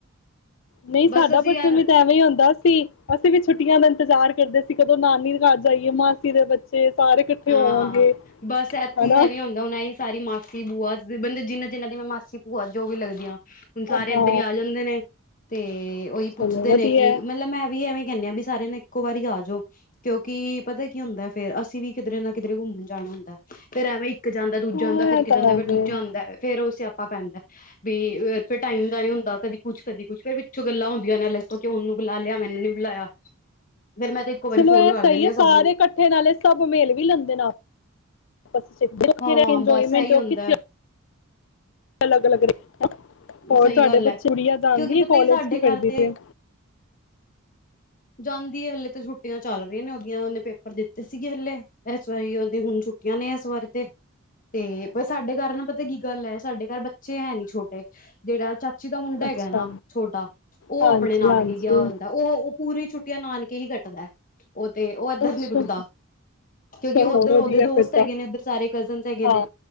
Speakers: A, on the left; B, on the left.
A: ਨਹੀਂ
B: ਬਸ
A: ਸਾਡਾ
B: ਅਸੀਂ
A: ਬਚਪਨ
B: ਯਾਰ
A: ਵੀ ਤਾਂ ਐਵੇਂ ਹੀ ਹੁੰਦਾ ਸੀ, ਅਸੀਂ ਵੀ ਛੁੱਟੀਆਂ ਦਾ ਇੰਤਜ਼ਾਰ ਕਰਦੇ ਸੀ ਕਦੋਂ ਨਾਨੀ ਘਰ ਜਾ ਆਈਏ ਮਾਸੀ ਦੇ ਬੱਚੇ ਸਾਰੇ ਇਕੱਠੇ
B: ਹਾਂ
A: ਹੋਵਾਂਗੇ।
B: ਬਸ ਇੱਥੇ
A: ਹਨਾ
B: ਹੀ ਹੈ ਵੀ ਹੁੰਦਾ ਹੂਣ ਏ ਹੀ ਸਾਰੀ ਮਾਸੀ, ਬੂਆ ਬੰਦੇ ਜਿੰਨਾ ਜਿਹਨਾਂ ਦੀ ਮੈਂ ਮਾਸੀ, ਭੂਆ ਜੋ ਵੀ ਲੱਗਦੀ ਆ ਹੁਣ ਸਾਰੇ
A: ਹਾਂ
B: ਇੱਧਰ ਹੀ ਆ ਜਾਂਦੇ ਨੇ, ਤੇ ਔਹੀ ਪੁੱਛਦੇ
A: ਚਲੋ ਵਧੀਆ
B: ਨੇ ਕਿ ਮਤਲਬ ਮੈਂ ਵੀ ਐਵੇਂ ਈ ਕਹਿੰਦੇ ਹਾਂ ਵੀ ਸਾਰੇ ਨੇ ਇੱਕੋ ਵਾਰੀ ਆ ਜੋ, ਕਿਉਂਕਿ ਪਤਾ ਕੀ ਹੁੰਦਾ ਫੇਰ ਅਸੀਂ ਵੀ ਕਿਧਰੇ ਨਾ ਕਿਧਰੇ ਘੁੰਮਣ ਜਾਣਾ ਹੁੰਦਾ ਫੇਰ ਐਵੇਂ ਇੱਕ ਜਾਂਦਾ ਦੂਜਾ
A: ਹਾਂ
B: ਆਂਦਾ ਫਿਰ
A: ਇਹ
B: ਇੱਕ
A: ਤਾਂ
B: ਜਾਂ
A: ਹੈ
B: ਫਿਰ ਦੂਜਾ
A: ਫੇਰ
B: ਆਂਦਾ ਫਿਰ ਉਹ ਸਆ <unintelligible> ਪੈਂਦਾ ਵੀ ਫਿਰ ਟਾਈਮ ਦਾ ਨੀ ਹੁੰਦਾ ਕਦੀ ਕੁਛ, ਕਦੀ ਕੁਛ ਫੇਰ ਪਿੱਛੋਂ ਗੱਲਾਂ ਹੁੰਦੀਆਂ ਨੇ ਅਲਗ ਤੋਂ ਕਿ ਉਹਨੂੰ ਬੁਲਾ ਲਿਆ ਮੈਨੂੰ ਨੀ ਬੁਲਾਇਆ। ਫੇਰ ਮੈਂ ਤੇ ਇੱਕੋ ਵਾਰੀ
A: ਚਲੋ
B: ਫੋਨ
A: ਇਹ
B: ਕਰ
A: ਸਹੀ
B: ਦਿੰਦੀ
A: ਹੈ
B: ਹਾਂ
A: ਸਾਰੇ
B: ਸਭ ਨੂੰ
A: ਇਕੱਠੇ ਨਾਲੇ ਸਭ ਮਿਲ ਵੀ ਲੈਂਦੇ ਨੇ ਆਪ ਸ <unintelligible>
B: ਹਾਂ
A: ਇੰਜੋਏਮੈਂਟ
B: ਬਸ ਇਹੀ ਹੁੰਦਾ
A: ਕਿੱਥੇ ਅਲੱਗ, ਅਲੱਗ ਹੋਰ
B: ਸਹੀ
A: ਤੁਹਾਡੇ
B: ਗੱਲ ਹੈ
A: ਬੱਚੇ ਬੜੀ ਯਾਦ ਆਂਦੀ
B: ਕਿਉਂਕਿ ਪਤਾ
A: ਕੋਾਲਜ
B: ਹੀ ਸਾਡੇ
A: ਕੀ ਕਰਦੀ
B: ਘਰ ਤੇ
A: ਪੀ ਏ।
B: ਜਾਂਦੀ ਹੈ ਹਲੇ ਤੇ ਛੁੱਟੀਆਂ ਚੱਲ ਰਹੀਆਂ ਨੇ ਉਦੀਆਂ ਉਹਨੇ ਪੇਪਰ ਦਿੱਤੇ ਸੀਗੇ ਹਲੇ ਏਸ ਵਾਰੀ ਉਹਦੀ ਹੁਣ ਛੁੱਟੀਆਂ ਨੇ ਇਸ ਵਾਰ ਤੇ ਤੇ ਪਰ ਸਾਡੇ ਘਰ ਨਾ ਪਤਾ ਕੀ ਗੱਲ ਹੈ ਸਾਡੇ ਘਰ ਬੱਚੇ ਹੈ ਨੀ ਛੋਟੇ ਜਿਹੜਾ ਚਾ ਚਚੀ ਦਾ ਮੁੰਡਾ
A: ਅੱਛਾ
B: ਹੈਗਾ ਨਾ ਛੋਟਾ ਉਹ
A: ਹਾਂਜੀ
B: ਆਪਣੇ ਨਾਨਕੇ
A: ਹਾਂਜੀ
B: ਗਿਆ ਹੁੰਦਾ ਂਹ ਛੁੱਟੀਆਂ ਨਾਨਕੇ ਹੀ ਕੱਟਦਾ। ਉਹ ਤੇ ਉਹ ਇੱਧਰ
A: ਅੱਛਾ,
B: ਨੀ ਰੁਕਦਾ ਕਿਉਂਕਿ
A: ਚਲੋ
B: ਉੱਧਰ
A: ਹੋਰ ਵਧੀਆ
B: ਉਹਦੇ ਦੋਸਤ
A: ਫਿਰ
B: ਹੈਗੇ
A: ਤਾਂ
B: ਨੇ ਉੱਧਰ ਸਾਰੇ ਕਜ਼ਨਸ ਹੈਗੇ
A: ਹਾਂ
B: ਨੇ